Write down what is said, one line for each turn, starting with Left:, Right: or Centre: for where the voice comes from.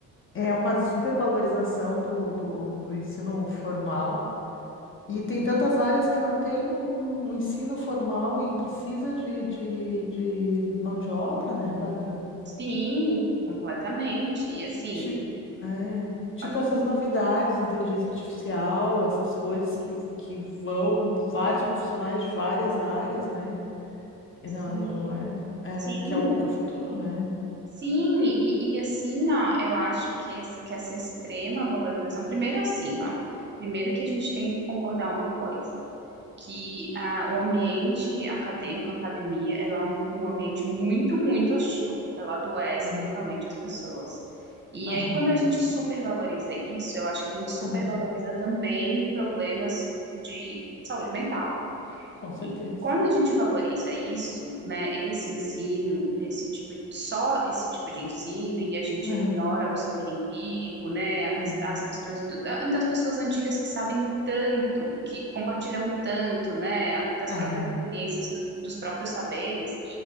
Left: é uma supervalorização do, do, do ensino formal. E tem tantas áreas que não tem um, um ensino formal e precisa de, de, de mão de obra, né, Bárbara?
Right: sim, completamente. E assim,
Left: Tipo, é, tipo
Right: pode falar?
Left: essas novidades, inteligência artificial, essas coisas que, que vão vários profissionais de várias áreas, né? É, Não,
Right: Sim,
Left: é, não é, é
Right: sim,
Left: que é o, que é o futuro, né?
Right: sim. E, e assim, ó, eu acho que, esse- que essa extrema valorização. Primeiro assim, ó. Primeiro que a gente tem que concordar uma coisa. que a, o ambiente acadêmico, a academia, ela é um um ambiente muito, muito hostil. Ela adoece
Left: Ah,
Right: mentalmente as pessoas. E
Left: aham,
Right: aí, quando a gente supervaloriza isso, eu acho que a gente supervaloriza
Left: aham,
Right: também problemas de saúde mental.
Left: com certeza.
Right: E quando a gente valoriza isso, né, esse ensino, esse tipo, só esse tipo de ensino, e a gente
Left: Aham,
Right: ignora o saber empírico, né, a ques-
Left: é,
Right: as questões do- da- das pessoas antigas que sabem tanto, que compartilham tanto, né, a- das
Left: é,
Right: próprias experiências, do- dos próprios saberes,